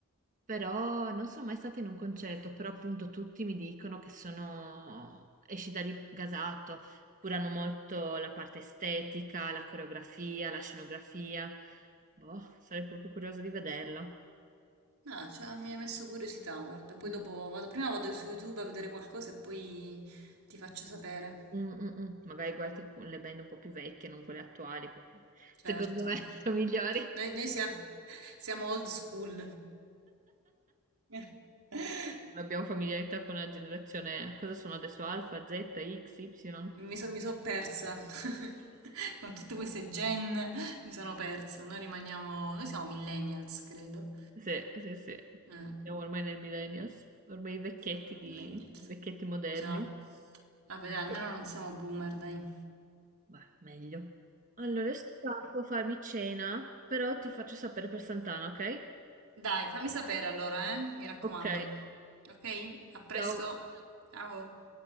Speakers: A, on the right; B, on the right.
A: Però non sono mai stata in un concerto, però appunto tutti mi dicono che sono, esci da lì gasato, curano molto la parte estetica, la coreografia, la scenografia. Boh, sarei proprio curiosa di vederla.
B: No, cioè, mi hai messo curiosità, guarda. Poi
A: Mm,
B: dopo vado, prima vado su YouTube a vedere qualcosa e poi ti faccio sapere.
A: mm, mm. mm. Magari guardi cu- le band un po' più vecchie, non quelle attuali, perché
B: Certo.
A: secondo me <laughs> sono migliori.
B: Noi, noi sia- siamo old school. <laughs> Eh.
A: Non abbiamo familiarità con la generazione, cosa sono adesso? Alfa, Z, X, Y?
B: Mi so- mi so persa. <laughs> Con tutte queste gen mi sono persa. Noi rimaniamo... Noi siamo millennials, credo.
A: Sì, sì, sì.
B: Eh,
A: Siamo ormai nel millennials, ormai i vecchietti
B: siamo dei
A: di,
B: millennials.
A: i vecchietti moderni.
B: Già. Vabbè, dai,
A: Sì.
B: almeno non siamo boomer, dai.
A: Beh, meglio. Allora, adesso scappo a farmi cena, però ti faccio sapere per Sant'Anna, ok?
B: Dai, fammi sapere allora, eh? Mi raccomando.
A: Ok,
B: Ok? A presto.
A: ciao.
B: Ciao.